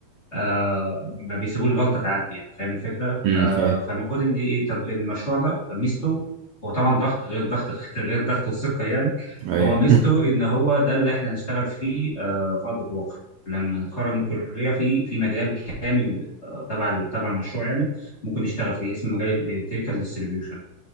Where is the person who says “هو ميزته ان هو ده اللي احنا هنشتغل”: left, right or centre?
Left